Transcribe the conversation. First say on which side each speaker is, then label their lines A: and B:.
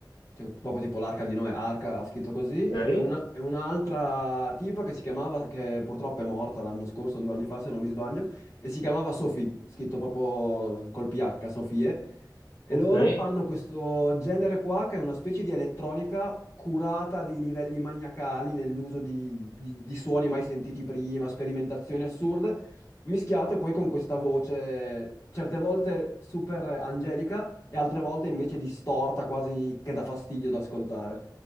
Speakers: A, on the left; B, on the left.
A: cioè, proprio tipo l'arca di Noè, Arca ha scritto così,
B: Ok,
A: e una- e un'altra tipa che si chiamava, che purtroppo è morta l'anno scorso, due anni fa se non mi sbaglio, e si chiamava Sophie, scritto proprio col PH, Sofie, e
B: ok.
A: loro
B: Ma
A: fanno questo genere qua che è una specie di elettronica curata a dei livelli maniacali nell'uso di, di- di suoni mai sentiti prima, sperimentazioni assurde, mischiate poi con questa voce certe volte super angelica e altre volte invece distorta, quasi che dà fastidio da ascoltare.